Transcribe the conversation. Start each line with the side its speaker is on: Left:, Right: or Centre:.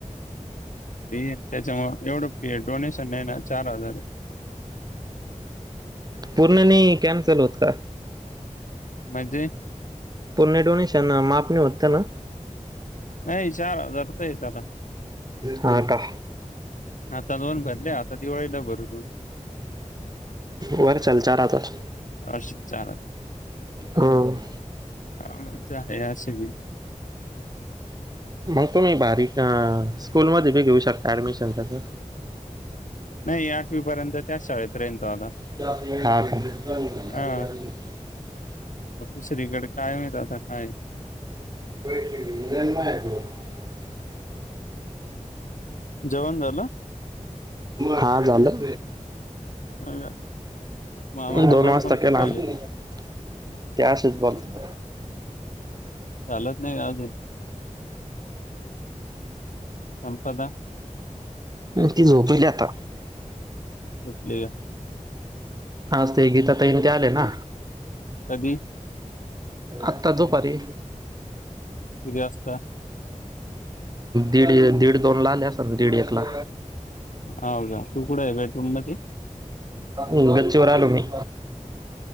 Left: त्याच्यामुळं एवढं पी डोनेशन नाही ना चार हजार आहे.
Right: पूर्ण नाही कॅन्चल होत का?
Left: म्हणजे?
Right: पुन्हा डोनेशन माप नाही होतं ना,
Left: नाही चार हजार तर येत आता
Right: हा का?
Left: आता दोन भरले, आता दिवाळीला भरू दोन.
Right: वर चलचा राहतात,
Left: असे चार हजार
Right: हम
Left: हा मज्जा आहे असं बी
Right: मग तुम्ही बारीकं स्कूलमध्ये बी घेऊ शकता ऍडमिशन त्याचं
Left: नाही आठवी पर्यंत तर त्याच शाळेत राहीन तो आता.
Right: <unintelligible>
Left: हा दुसरीकडे काय माहित आता काय?
Right: <unintelligible>
Left: जेवन झालं?
Right: हा झालं.
Left: अ मामा काय
Right: दोन
Left: बडबड
Right: वाजता केला
Left: करु राहिले
Right: ते असच बोलता
Left: चालत नाही अजून संपदा
Right: म ती झोपीली आता
Left: झोपली का
Right: आज ते गीता ताई न ते आले ना,
Left: हम्म
Right: आत्ता दोपारी
Left: किती वास्ता?
Right: दीड दीड दोन ला आले असल ना दीड एक ला
Left: हाव का तू कुठे आहे बेटरूम मध्ये?
Right: ह् गच्चीवर आलो मी.